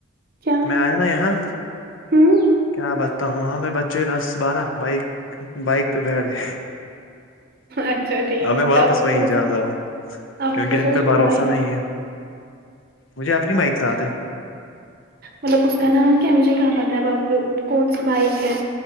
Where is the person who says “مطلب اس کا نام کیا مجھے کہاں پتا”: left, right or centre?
Right